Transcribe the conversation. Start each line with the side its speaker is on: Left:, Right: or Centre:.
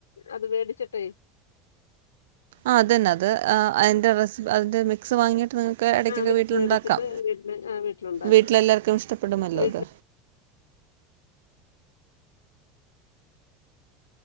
Left: അത് മേടിച്ചിട്ടെ
Right: ആഹ്‌ അതന്നെ അത് അതിന്റെ റെസിപ്പി അതിന്റെ മിക്സ് വാങ്ങിയിട്ട് നി ഒക്കെ എടക്കൊക്കെ
Left: ആ മിക്സ്
Right: വീട്ടിലുണ്ടാക്കാം
Left: മേടിച്ചിട്ട് വീട്ടിൽ ആ വീട്ടിലുണ്ടാക്കും
Right: വീട്ടിലെല്ലാവർക്കും ഇഷ്ടപ്പെടുമല്ലോ
Left: വീട്ടിൽ
Right: അത്